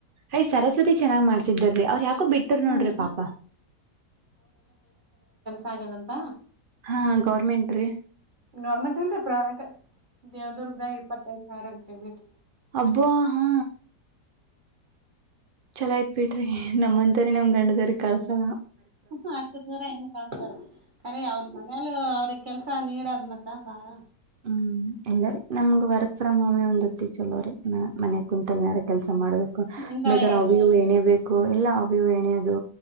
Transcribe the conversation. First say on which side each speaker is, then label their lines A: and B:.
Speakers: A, on the right; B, on the right.
A: ಅಯ್ ಸರಸ್ವತಿ ಚೆನ್ನಾಗ್ ಮಾಡ್ ರರಿ ಅವ್ರ್ ಯಾಕೋ ಬಿಟ್ಟ್ರ
B: ಹ್ಮ್
A: ನೋಡ್ರಿ ಪಾಪ
B: ಹಾಗ್ಯದಂತ
A: ಹಾ ಗೌರ್ಮೆಂಟ್ ರೀ
B: ಗೌರ್ಮೆಂಟ್ ಅಲ್ರರಿ ಪ್ರೈವೇಟ್ ದೇವದುರ್ಗದಾಗ ಇಪ್ಪತ್ತೈದು ಂ ಪೇಮೆಂಟ್
A: ಅಬ್ಬುವ ಹಾ ಚೋಲ ಆಯ್ತ ಬಿಟ್ರಿ ನಮಮ್ಮಂತರಿ ನಮ್ ಗಂಡದವ್ರ ಕಲ್ಸಲ್ಲ
B: ಹ ಅಷ್ಟು ದೂರ ಏನ್ ಕತಾರೆ ಅಖರಿ ಅವ್ರ ಮನೇಲು ಅವ್ರಿಗೆ ಕೆಲ್ಸ ನೀಡದ್ ಮತ್ತ ಬಾಳ
A: ಹೂ ಎಲ್ಲಾರೆ ನಮ್ಗ್ ವರ್ಕ್ ಫ್ರ್ ಹೋಮ್ ಒಂದತ್ತತಿ ಚಲೋ ರರಿ ಹ ಮನೆ ಕುಂತಲ್ನಾರ ಕೆಲ್ಸ ಮಾಡ್ಬೇಕು
B: ಇಂತಾವ
A: ಬೇಕಾರ
B: ಹೇಳ್ಬೇಕು
A: ಅವು ಏನೇ ಬೇಕು ಇಲ್ಲ ಅ್ಯವು ಎಣೆಯದು